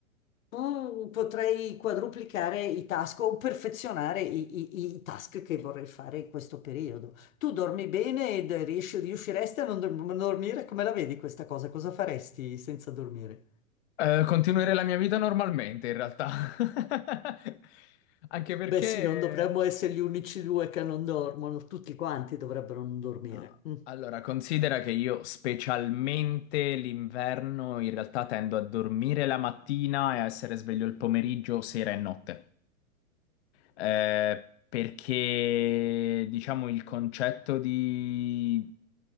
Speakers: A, on the left; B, on the left.
A: Mm, Potrei quadruplicare i task o perfezionare i, i- i task che vorrei fare in questo periodo. Tu dormi bene ed riesci- riusciresti a non dor- non dormire? Come la vedi questa cosa? Cosa faresti senza dormire?
B: Eh, continuerei la mia vita normalmente, in realtà. <laughs> Anche perché...
A: Beh, sì, non dovremmo essere gli unici due che non dormono, tutti quanti dovrebbero non dormire.
B: ah,
A: Mm.
B: Allora, considera che io specialmente l'inverno in realtà tendo a dormire la mattina e a essere sveglio il pomeriggio, sera e notte. eh, perché diciamo il concetto di